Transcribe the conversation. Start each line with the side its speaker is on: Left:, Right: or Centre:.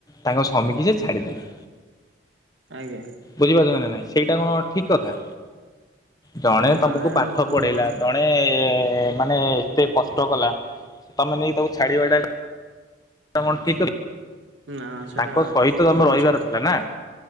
Left: ତାଙ୍କ ସ୍ୱମି ଟିକି ଛାଡ଼ିଦେଲେ।
Right: ଆଜ୍ଞା।
Left: ବୁଝିପାରୁଚନ୍ତି ନା ନାଇଁ? ସେଇଟା କଣ ଠିକ୍ କଥା। ଜଣେ
Right: ନା
Left: ତମକୁ
Right: ଏଇଟା
Left: ପାଠ
Right: ଭୁଲ
Left: ପଢେଇଲା।
Right: କଥା
Left: ଜଣେ ମାନେ ମାନେ ଏତେ କଷ୍ଟ କଲା, ତମେ ନେଇ ତାକୁ ଛାଡିବାଟା ତମେ କଣ ଠିକ୍ କ
Right: ନା ସେଟା
Left: ତାଙ୍କ ସହିତ ତମେ
Right: ଅନୁଚିତ
Left: ରହିବାର ଥିଲା ନା।